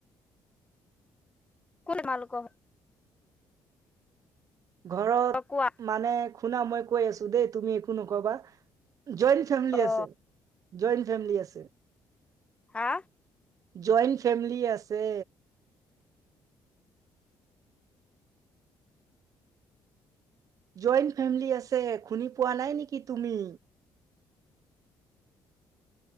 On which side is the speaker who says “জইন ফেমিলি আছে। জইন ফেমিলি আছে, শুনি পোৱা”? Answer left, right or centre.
Right